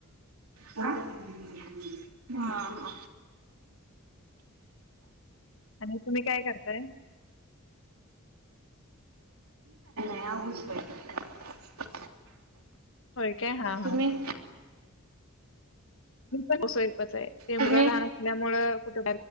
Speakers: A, on the right; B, on the left.
A: हां हां.
B: आणि तुम्ही काय करताय?
A: हाउस वाईफ हाय.
B: होय. काय? हा
A: तुम्ही?
B: हा. तुमचं कसय तसं आहे, ते मुलगा
A: तुम्ही
B: लहान असल्यामुळे कुठ